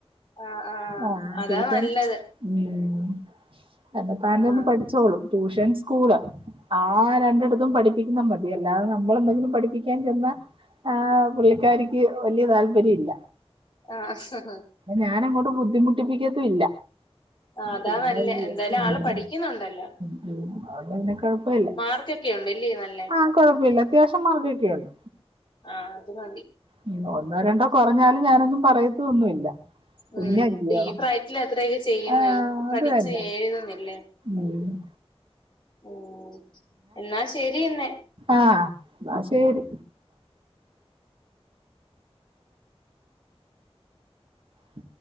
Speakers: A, on the left; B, on the right.
A: ആഹ്
B: ആഹ്
A: അതാ
B: ട്യൂഷൻ
A: നല്ലത്
B: ഉം തന്നത്താനെ
A: ആഹ്
B: അങ്ങ് പഠിച്ചോളും. ട്യൂഷൻ സ്കൂള് ആ രണ്ടിടത്തും പഠിപ്പിക്കുന്ന മതി അല്ലാതെ നമ്മളെന്തെങ്കിലും പഠിപ്പി ക്കാൻ ചെന്ന ആഹ് പുള്ളിക്കാരിക്ക് വലിയ താല്പര്യല്ല.
A: ആഹ്
B: ഞാനങ്ങോട്ട് ബുദ്ധിമുട്ടിപ്പിക്കത്തും ഇല്ല.
A: ആഹ് അതാ
B: പിന്നല്ലിയോ
A: നല്ല എന്തായാലും
B: ഉം
A: ആള് പഠിക്കുന്നുണ്ടല്ലോ.
B: ഉം അതോണ്ട് പിന്നെ കുഴപ്പമില്ല.
A: മാർക്കൊക്കെ ഉണ്ട് ഇല്ലേ നല്ലേ.
B: ആകുഴപ്പില്ല അത്യാവശ്യം മാർകൊകെ ഉണ്ട്
A: ആഹ് അത് മതി
B: ഉം ഒന്നോ രണ്ടോ കുറഞ്ഞാലും ഞാനൊന്നും പറയത്തൊന്നുമില്ല.
A: ഉം
B: കുഞ്ഞല്ലിയോ
A: ഇപ്പ ഈ പ്രായത്തില് അത്രയൊക്കെ ചെയ്യുന്നു
B: ആ
A: പഠിച്
B: അത് തന്നെ
A: എഴുതുന്നില്ലേ.
B: ഉം
A: ഉം എന്നാ ശരി എന്നെ.
B: ആഹ് എന്ന ശരി. ഉ